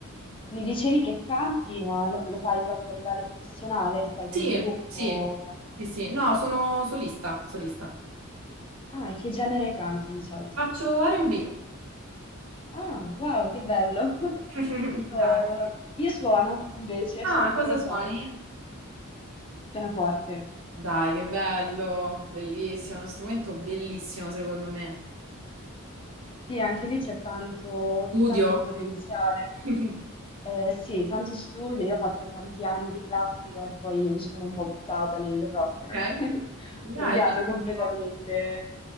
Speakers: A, on the left (about 25°); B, on the right (about 80°).
A: mi dicevi che canti, ma lo, lo fai proprio a livello professionale? Stai con
B: Sì,
A: un gruppo?
B: sì,
A: Can-
B: sì, sì, no, sono solista, solista.
A: Ah, e che genere canti di solito?
B: Faccio R&B.
A: Ah, wow, che bello! <laughs>
B: <laughs>
A: Io,
B: Dai, sì.
A: io suono, invece,
B: Ah,
A: suono il
B: cosa
A: pianoforte.
B: suoni?
A: Pianoforte.
B: Dai, che bello, bellissimo, è uno strumento bellissimo secondo me.
A: Sì, anche lì c'è tanto,
B: Studio.
A: tanto potenziale.
B: <laughs>
A: Eh, sì, tanto studio, io ho fatto tanti anni di classica e poi mi sono un po' buttata nel rock.
B: Ok?
A: <laughs>
B: Dai,
A: Ho cambiato
B: bellissimo.
A: completamente.